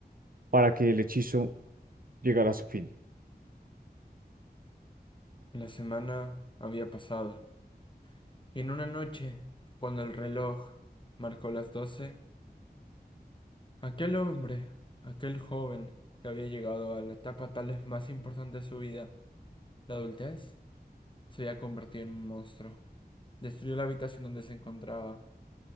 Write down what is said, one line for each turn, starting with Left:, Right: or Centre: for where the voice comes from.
Right: para que el hechizo llegara a su fin.
Left: La semana había pasado y en una noche, cuando el reloj marcó las doce, aquel hombre, aquel joven que había llegado a la etapa tal vez más importante de su vida, la adultez, se había convertido en un monstruo. Destruyó la habitación donde se encontraba